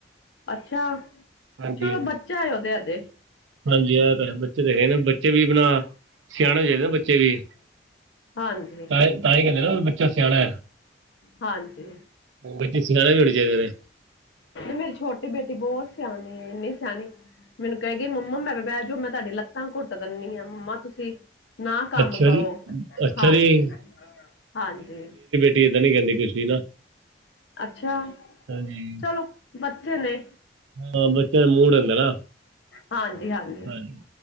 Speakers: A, on the left; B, on the right.
A: ਅੱਛਾ,
B: ਹਾਂਜੀ
A: ਚਲੋ ਬੱਚਾ ਹੈ ਉਹ ਤੇ ਹੱਲੇ।
B: ਹਾਂਜੀ ਆ ਤੇ ਹੈ ਬੱਚੇ ਹੈਗੇ ਨੇ ਬੱਚੇ ਵੀ ਆਪਣਾ ਸਿਆਣੇ ਚਾਹੀਦੇ ਨੇ ਬੱਚੇ ਵੀ
A: ਹਾਂਜੀ।
B: ਤਾਂ ਹੀ ਕਹਿੰਦੇ ਨਾ ਵੀ ਬੱਚਾ ਸਿਆਣਾ ਹੈ।
A: ਹਾਂਜੀ।
B: ਉਹ ਬੱਚੇ ਸਿਆਣੇ ਵੀ ਹੋਣੇ ਚਾਹੀਦੇ ਨੇ।
A: ਮੇਰੀ ਛੋਟੀ ਬੇਟੀ ਬਹੁਤ ਸਿਆਣੀ ਹੈ, ਇੰਨੀ ਸਿਆਣੀ ਮੈਨੂੰ ਕਹਿ ਗੀ ਮੰਮਾ ਲੱਗਦਾ ਜੋ ਤੁਹਾਡੀ ਲਤਾ ਘੁੱਟ ਦਿੰਦੀ ਹਾਂ ਮੰਮਾ ਤੁਸੀਂ। ਨਾ ਕੰਮ
B: ਅੱਛਾ
A: ਕਰੋ
B: ਜੀ ਅੱਛਾ
A: ਹਾਂਜੀ,
B: ਜੀ
A: ਹਾਂਜੀ।
B: ਏ ਤਾਂ ਨੀ ਕਹਿੰਦੀ ਕੁਸ਼ਤੀ ਨਾ
A: ਅੱਛਾ,
B: ਹਾਂਜੀ
A: ਚਲੋ ਬੱਚੇ ਨੇ।
B: ਹਾਂ ਬੱਚਿਆਂ ਦਾ ਮੂੜ ਹੂੰਦਾ ਨਾਂ।
A: ਹਾਂਜੀ-ਹਾਂਜੀ।
B: ਹਾਂਜੀ,